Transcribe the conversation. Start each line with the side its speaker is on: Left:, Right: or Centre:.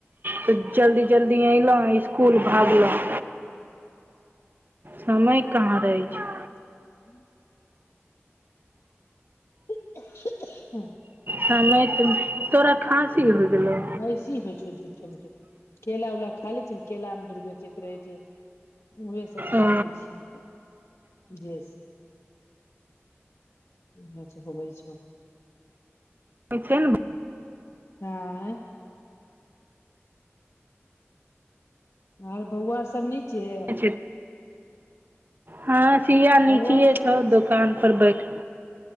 Right: तऽ जल्दी जल्दी अयलहुँ स्कुल भागलहुँ समय कहाँ रहै छै।
Left: <inaudible> अहा अहा
Right: समय त तोरा खाँसी हो गेलौ?
Left: एहि तरहें होइ छै। झूठे मूठे केला वेला खा लै छै ने, केला मे दूर बेचैत रहै छै। उएहसभ खा
Right: ओ
Left: लै छियै तब जे सभ इएह होबै छौ
Right: छै
Left: आय आर बौआर सभ नीचे
Right: ने हँ चीया नीचे
Left: बौआ सब
Right: छौ।
Left: नीचे
Right: दोकान पर बैठ